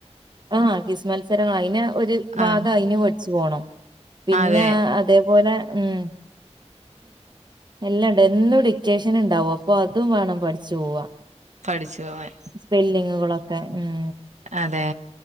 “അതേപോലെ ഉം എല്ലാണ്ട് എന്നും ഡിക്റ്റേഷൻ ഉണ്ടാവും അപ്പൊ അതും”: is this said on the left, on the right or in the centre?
Right